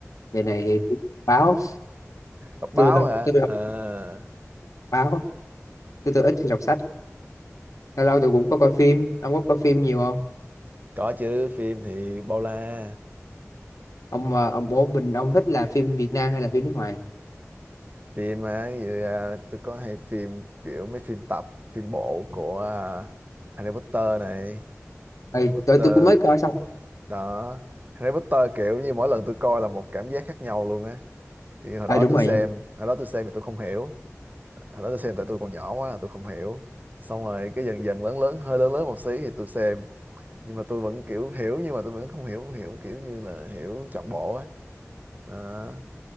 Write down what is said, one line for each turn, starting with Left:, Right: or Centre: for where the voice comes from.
Left: giờ này thì tôi đọc báo
Right: đọc báo
Left: tôi
Right: hả
Left: tôi đọc
Right: Ờ
Left: báo tôi, tôi ít khi đọc sách lâu lâu tôi cũng có coi phim ông có coi phim nhiều không
Right: có chứ phim thì bao la
Left: ông ờ, ông bố mình ông thích là phim Việt Nam hay là phim nước ngoài
Right: phim á ví dụ, à, tôi có hay phim kiểu mấy phim tập phim bộ của à, Harry Potter này
Left: Ê,
Right: Harry Potter
Left: tôi, tôi cũng mới coi xong
Right: đó Harry Potter kiểu như mỗi lần tôi coi là một cảm giác khác nhau luôn á thì hồi
Left: à
Right: đó
Left: đúng
Right: tôi
Left: rồi
Right: xem hồi đó tôi xem thì tôi không hiểu hồi đó tôi xem tại tôi còn nhỏ quá tôi không hiểu xong rồi cái dần dần lớn lớn hơi lớn lớn một xí thì tôi xem nhưng mà tôi vẫn kiểu hiểu nhưng mà tôi vẫn không hiểu không hiểu kiểu như là hiểu trọn bộ á Đó.